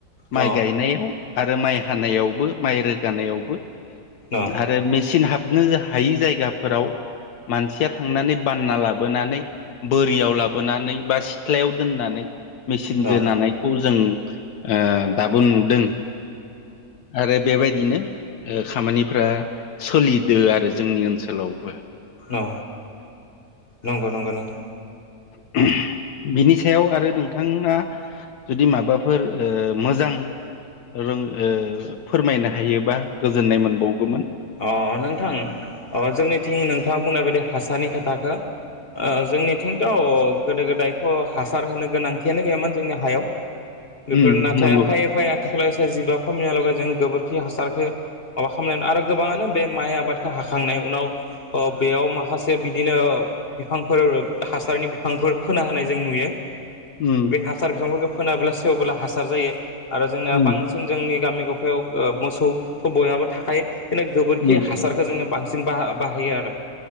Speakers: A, on the left; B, on the left.
A: माइ
B: अ
A: गायनायाव आरो माइ हानायावबो माइ रोगानायावबो
B: अ
A: आरो मेचिन हाबनो हायि जायगाफोराव मानसिया थांनानै बानना लाबोनानै बोरियाव लाबोनानै बा सिथ्लायाव दोननानै मेचिनजों
B: अ
A: नानायखौ जों ओ दाबो नुदों आरो बेबायदिनो ओ खामानिफोरा ओ सोलिदो आरो जोंनि ओनसोलाव
B: औ नंगौ नंगौ नंगौ नोंथां
A: <unintelligible> बिनि सायाव आरो नोंथाङा जुदि माबाफोर ओ मोजां रों ओ फोरमायनो हायोबा गोजोननाय मोनबावगौमोन
B: अ नोंथां अ जोंनिथिं नोंथाङा बुंनाय बायदि हासारनि खोथाखौ ओ जोंनिथिंथ' गोदो गोदायथ' हासार होनो गोनांथियानो गैयामोन जोंनि हायाव बेफोर
A: उम
B: नाथाय
A: नंगौ
B: फायै फायै आथिखालाव सोर जिबा खमनियालागै जों गोबोर खि हासारखौ माबा खालामनाय आरो गोबाङानो बे माइ आबादखौ हाखांनाय उनाव ओ बेयाव माखासे बिदिनो बिफांफोर हासारनि बिफांफोर फोना होनाय जों नुयो
A: उम
B: बे हासार बिफांफोरखौ फोनाब्ला सेवबोला हासार जायो आरो जोंनिया
A: उम
B: बांसिन जोंनि गामि ग मोसौ थ' बयहाबो थाखायो गोबोरखि
A: उम
B: हासारखौ जोंनो बां सिन बाहायो आरो